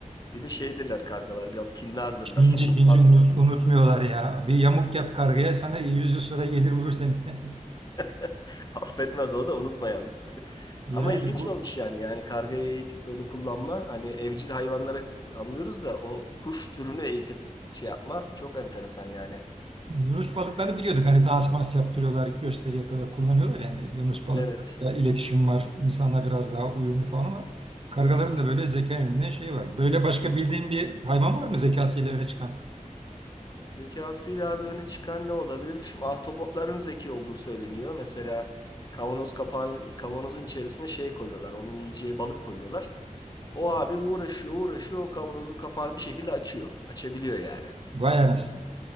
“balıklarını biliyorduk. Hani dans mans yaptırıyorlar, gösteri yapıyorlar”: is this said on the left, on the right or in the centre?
Right